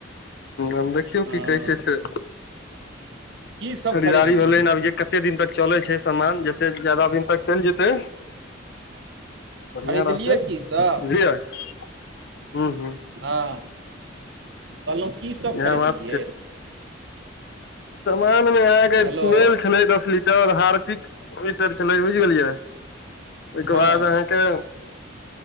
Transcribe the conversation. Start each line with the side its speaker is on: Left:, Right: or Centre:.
Left: हम देखियौ
Right: हँ
Left: कि कहै छै से
Right: कीसभ
Left: खरीदारी
Right: खरीदलियै
Left: भेलै हन आब जे कते दिन तक चलै छै सामान जते जादा दिन तक चलि जेतै। बढ़िआ
Right: खरीदलियै
Left: रहतै
Right: कीसभ
Left: बुझलियै ह ह
Right: हँ कहलहुँ कि सभ
Left: इएह
Right: खरीदलियै
Left: बात सामानमे अहाँकेँ
Right: हेलो
Left: फिनल छलै दस लीटर हार्पिक ईटर छल बुझ गेलियै ओहिके
Right: हँ
Left: बाद अह।